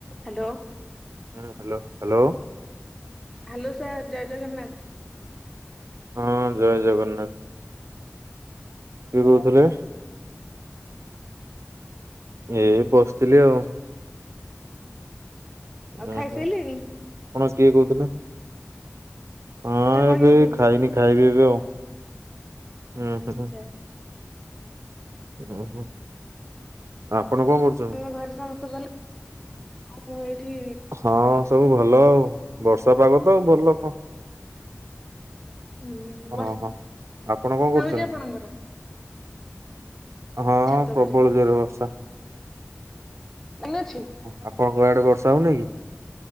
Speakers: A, in the centre; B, on the right.
A: Hello
B: hello hello.
A: Hello sir ଜୟ ଜଗନ୍ନାଥ।
B: ହଁ ଜୟ ଜଗନ୍ନାଥ। କିଏ କହୁଥିଲେ? ଏଇ ବସିଥିଲି ଆଉ। ଉୁଁ
A: ଆଉ ଖାଇ
B: ହୁଁ
A: ସାଇଲେଣି।
B: ଆପଣ କିଏ କହୁଥିଲେ? ହଁ
A: ସେଟା କହିହବନି
B: ଏବେ ଖାଇନି ଖାଇବି ଏବେ ଆଉ ହୁଁ,
A: ଆଚ୍ଛା
B: ହୁଁ। ଉଁ ହୁଁ ଆପଣ କଣ କରୁଛନ୍ତି?
A: ତମ ଘରେ ସମସ୍ତେ ଭଲ ଆଉ ମୁଁ ଏଇଠି
B: ହଁ ସବୁ ଭଲ ଆଉ ବର୍ଷା ପାଗ ତ ଆଉ ଭଲ କଣ।
A: ହଁ ବର୍ଷା
B: ହଁ
A: ବର୍ଷା
B: ହଁ
A: ହଉଛି
B: ଆପଣ କଣ କରୁଛନ୍ତି?
A: ଆପଣଙ୍କର?
B: ହଁ
A: ଛାତ
B: ପ୍ରବଳ
A: ଉପରେ
B: ଜୋର ରେ ବର୍ଷା।
A: ଲାଇନ ଅଛି?
B: <unintelligible> ଆଡେ ବର୍ଷା ହଉନି କି